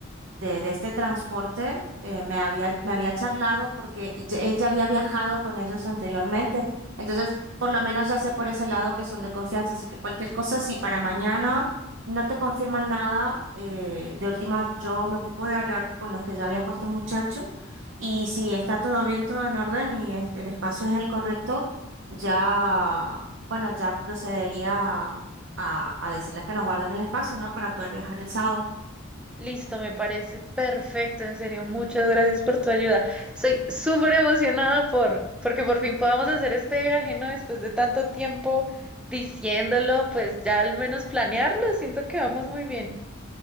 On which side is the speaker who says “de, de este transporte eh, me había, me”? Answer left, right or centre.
Right